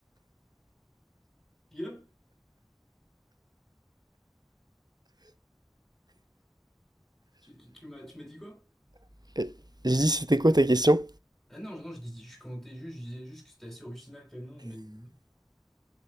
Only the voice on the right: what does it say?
<laughs> j'ai dit, c'était quoi ta question?